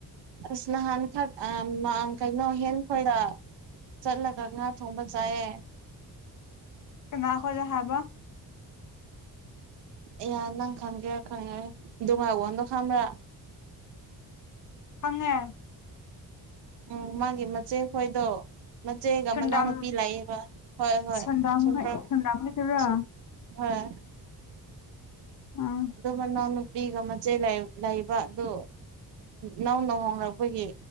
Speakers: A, on the right; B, on the left.
A: ꯁꯅꯍꯥꯟ ꯊ ꯑꯪ ꯀꯜꯅꯣ ꯍꯟ ꯐ ꯆꯠꯂꯒ ꯉꯅꯥ ꯊꯣꯡꯝꯕ ꯆꯑꯦ
B: ꯅꯥꯈꯣꯖ ꯍꯥꯕ
A: ꯑꯦ ꯅꯪ ꯈꯪꯒꯦꯔ ꯈꯪꯉꯣꯏꯔ ꯗꯨꯡꯉꯥꯏꯋꯟꯗꯣ ꯈꯪꯕ꯭ꯔꯥ <inaudible>
B: ꯈꯪꯉꯦ
A: ꯎꯝ ꯃꯥꯒꯤ ꯃꯆꯦ ꯈꯣꯏꯗꯣ ꯃꯆꯦꯒ
B: ꯁꯟꯗꯥꯝ
A: ꯃꯅꯥꯎꯅꯨꯄꯤ ꯂꯩꯌꯦꯕꯕ ꯍꯣꯏ ꯍꯣꯏ
B: ꯁꯟꯗꯥꯝ
A: ꯁꯨꯝ
B: ꯍꯣꯏ
A: ꯄ꯭ꯔꯣ
B: ꯁꯟꯗꯥꯝ ꯍꯣꯏꯗꯨꯔꯣ
A: ꯁꯨꯝ ꯍꯣꯏ
B: ꯑꯥ
A: ꯑꯗꯨ ꯃꯅꯥꯎ ꯅꯨꯞ ꯅꯨ ꯄꯤꯒ ꯃꯆꯩ ꯂꯩꯕ ꯑꯗꯨ ꯅꯧꯅ ꯍꯣꯡꯂꯛꯄꯒꯤ